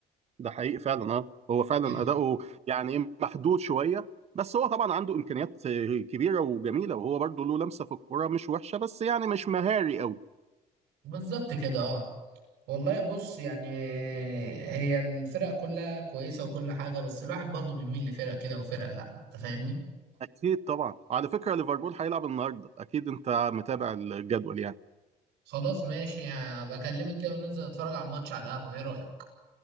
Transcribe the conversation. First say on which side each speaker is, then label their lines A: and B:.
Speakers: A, on the right; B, on the right.
A: ده حقيقي فعلا اه هو فعلا
B: يعني
A: اداؤه يعني إيه محدود شويه بس هو طبعا عنده امكانيات آه، كبيره وجميله وهو برضه له لمسه في الكوره مش وحشه بس يعني مش مهاري قوي
B: بالظبط كده اه والله بص يعني هي الفرق كلها كويسه وكل حاجه بس الواحد برضه بيميل لفرق كده وفرق لا انت فاهمني
A: اكيد طبعا على فكره ليفربول هيلعب النهارده اكيد انت متابع الجدول يعني
B: خلاص ماشي آه، بكلمك كده وننزل نتفرج على الماتش على القهوه ايه رايك